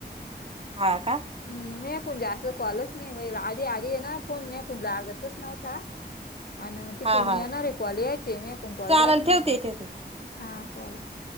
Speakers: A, on the right; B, on the left.
A: हा का.
B: हम्, मी कोण जास्त कॉलच नाही, व्हायला आधी आधी आहे ना फोन मगं जास्त कोण लागतच नव्हता. ह <inaudible> आणि तिकडून
A: हा हा
B: येणारे कॉल यायचे. मी ऐकून कॉल
A: चालेल
B: जात नव्हता.
A: ठेवते ठेवते
B: हा चालत